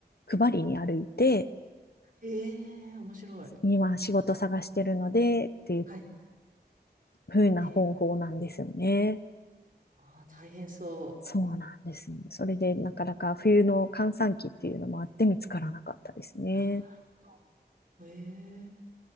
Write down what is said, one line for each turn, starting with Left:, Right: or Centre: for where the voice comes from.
Left: 配りに歩いて、
Right: ええ面白い。
Left: 今仕事探してるので、っていう
Right: はい。
Left: 風な方法なんですよね。
Right: えー、ああ、大変そ
Left: そうなんですね。それでなかなか冬の閑散期っていうのもあって見つからなかったですね。
Right: う。ああ、なるほど。ええ